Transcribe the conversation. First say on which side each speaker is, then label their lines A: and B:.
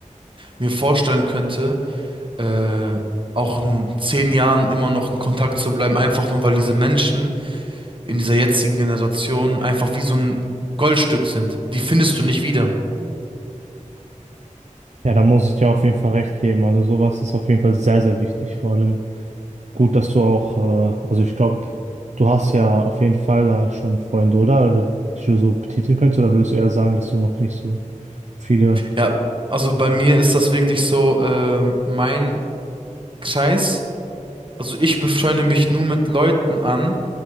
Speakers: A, on the right (about 40°); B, on the right (about 60°).
A: mir vorstellen könnte, äh, auch in zehn Jahren immer noch in Kontakt zu bleiben, einfach nur weil diese Menschen in dieser jetzigen Generation einfach wie so ein Goldstück sind. Die findest du nicht wieder.
B: Ja, da muss ich dir auf jeden Fall recht geben. Also sowas ist auf jeden Fall sehr, sehr wichtig, vor allem. Gut, dass du auch, äh, also ich glaube, du hast ja auf jeden Fall da schon Freunde, oder? Die du so betiteln könntest, oder würdest du eher sagen, dass du noch nicht so viele.
A: Ja, also bei mir ist das wirklich so, ähm, mein Kreis, also ich befreunde mich nur mit Leuten an,